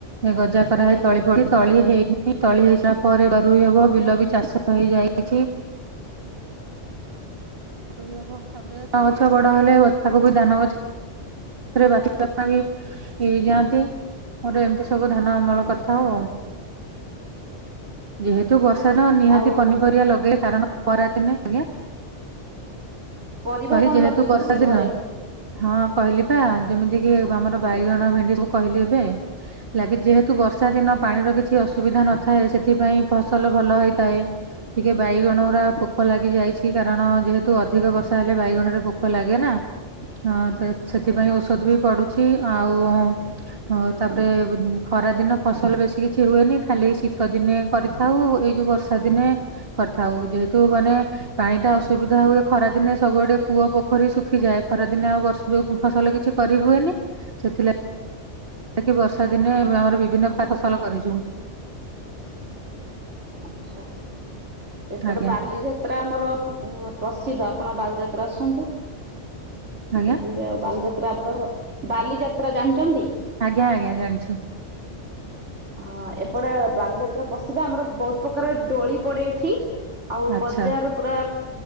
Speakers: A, on the right; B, on the right.
A: ଏ ଗଜା କରାହଇ
B: ଆଜ୍ଞା
A: ତଳି ପଡିଛି ତଳି
B: ଆଜ୍ଞା
A: ହେଇି ତଳି ହେଇସାରିଲା ପରେ ରୁଆ ଗୁଇ ହବ ବିଲ ବି ଚାଷ ହେଇଯାଇଛି। ରୁଇ ହବ ତାପରେ ଧାନ ଗଛ ବଡ ହେଲେ ବ ତାକୁ ବି ଧାନ ଗଛ। ତାପରେ ବାଛିବା ପାଇଁ ଯାଆନ୍ତି। ମୋର ଏମିତି ସବୁ ଧାନ ଅମଳ କରିଥାଉ। ଯେହେତୁ ବର୍ଷା ତ ନିହାତି
B: ଆଉ
A: ପନିପରିବା ଲଗେଇ କାରଣ। ଖରା ଦିନେ ଆଜ୍ଞା
B: ପରିବା
A: ସରୀ
B: କଣ
A: ଯେହେତୁ
B: ଲଗେଇଛନ୍ତି
A: ବର୍ଷା ଦିନ।
B: ଘରେ?
A: ହଁ କହିଲି ପା ଯେମିତି କି
B: ଆଜ୍ଞା
A: ଆମର ବାଇଗଣ, ଭେଣ୍ଡି ସବୁ କହିଲି ଏବେ। ଲାଗେ ଯେହେତୁ ବର୍ଷା ଦିନ ପାଣିର କିଛି ଅସୁବିଧା ନଥାଏ ସେଥିପାଇଁ ଫସଲ ଭଲ ହେଇଥାଏ। ଟିକେ ବାଇଗଣ ଗୁରା ପୋକ ଲାଗି ଯାଇଛି କାରଣ ଯେହେତୁ ଅଧିକ ବର୍ଷା ହେଲେ ବାଇଗଣ ରେ ପୋକ ଲାଗେ ନା। ହଁ ତ ସେଥିପାଇଁ
B: ଆଜ୍ଞା
A: ଔଷଧ ବି ପଡୁଛି ଆଉ ହଉ ତାପରେ ଖରା ଦିନ ଫସଲ ବେଶୀ କିଛି ହୁଏନି ଖାଲି ଶୀତ ଦିନେ କରିଥାଉ ଏଇ ଯୋଉ ବର୍ଷା ଦିନେ କରିଥାଉ ଯେହେତୁ ମାନେ ପାଣି ଟା ଅସୁବିଧା ହୁଏ ଖରାଦିନେ ସବୁ ଆଡ଼େ କୂଅ, ପୋଖରୀ ଶଖିଯାଏ ଖରାଦିନ ଆଉ ବର୍ଷ। ଯୋଉ ଫସଲ କିଛି କରିହୁୁଏନି ସେଥିଲାଗି ଯା କିି ବର୍ଷା ଦିନେ ଆମର ବିଭିନ୍ନ ଫସଲ କରିଛୁ।
B: ଆଛା ଏପଟେ
A: ଆଜ୍ଞା
B: ବାଲିଯାତ ଯାତ୍ରା ଆମର ପ୍ରସିଦ୍ଧ ଆପଣ ବାଲଯାତ୍ରା ଆସନ୍ତୁ
A: ଆଜ୍ଞା
B: ବୁଲି। ଏ ଆଉ ବାଲିଯାତ୍ରା ଆମର ବାଲିଯାତ୍ରା ଜାଣିଛନ୍ତି?
A: ଆଜ୍ଞା ଆଜ୍ଞା ଜାଣିଛି।
B: ହଁ ଏପଟେ ବାଲିଯାତ୍ରା ପ୍ରସିଦ୍ଧ ଆମର ବହୁତ ପ୍ରକାର ଦୋଳି ପଡେ ଏଠି। ଆଉ
A: ଆଚ୍ଛା
B: ବଜାର ପୁରା